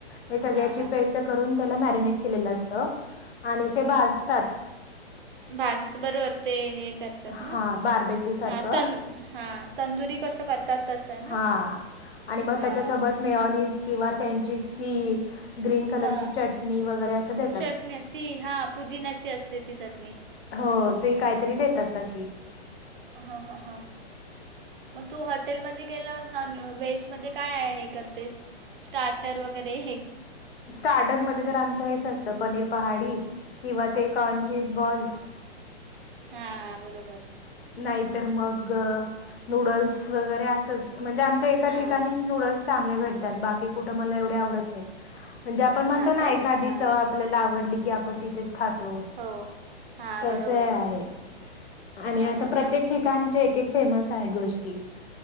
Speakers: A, on the left (about 65°); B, on the right (about 50°).
A: हे सगळ्याची
B: हां हां
A: पेस्ट करून त्याला मॅरिनेट केलेलं असत आणि ते भाजतात
B: भाज बरोबर ते हे करतात
A: हा
B: ना,
A: बार्बेक्यू सारखं
B: हा तं तंदुरी कसं करतात तसं ना
A: हा आणि मग
B: हां
A: त्याच्यासोबत मेओनीज किंवा त्यांची ती ग्रीन कलरची
B: हां
A: चटणी वगैरे असं देतात
B: चटण्या ती हां पुदिन्याची असते ती चटणी.
A: हो ती काहीतरी देतात तशी
B: हा हां हां. मग तू हॉटेलमध्ये गेल्यावर नॉन व्हेजमध्ये काय हे करतेस? स्टार्टर वगैरे
A: स्टार्टरमध्ये तर आमचं हेच असतं पनीर पहाडी किंवा ते कॉर्नचीज बॉल्स
B: हा बरोबर.
A: नाहीतर मग नूडल्स वगैरे असच म्हणजे आमच्या एका
B: हां
A: ठिकाणीच नूडल्स चांगले भेटतात बाकी कुठ मला एवढे आवडत नाहीत म्हणजे आपण म्हणतो
B: हां
A: ना
B: काय
A: एखादी
B: हां
A: चव आप ल्याला आवडली की आपण तिथेच खातो.
B: हो हां
A: तस
B: बरोबर
A: आहेत आणि
B: हां हां
A: प्रत्येक
B: हां
A: ठिकाणचे एक एक फेमस आहेत गोष्टी